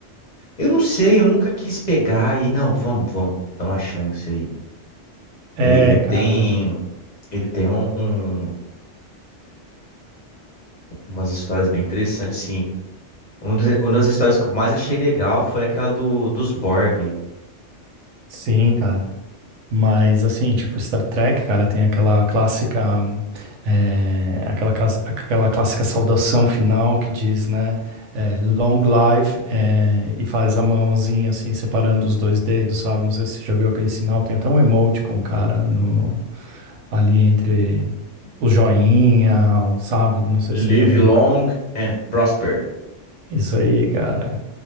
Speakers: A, on the left; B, on the right.
A: Eu não sei, eu nunca quis pegar e. Não, vamos, vamos, dá uma chance aí.
B: É,
A: Ele, ele
B: cara.
A: tem. Ele tem um, um- umas histórias bem interessantes, sim. Um dos- uma das histórias que eu mais achei legal foi aquela do, dos Borg.
B: Sim, cara. Mas assim, tipo, Star Trek, cara, tem aquela clássica, hum, eh, aquela, casa- aquela clássica saudação final que diz, né, eh, Long Life, eh, e faz a mãozinha assim, separando os dois dedos, sabe? Não sei se você já viu aquele sinal, tem até um emoticon, cara, no, ali entre o joinha, o- sabe? Não sei
A: Live
B: se você já viu.
A: long and prosper.
B: Isso aí, cara.